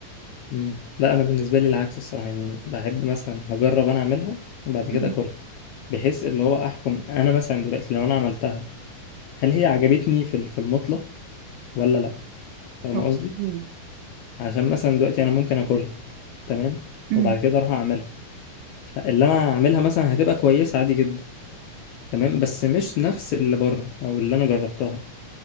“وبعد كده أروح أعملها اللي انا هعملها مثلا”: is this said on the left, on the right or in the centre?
Left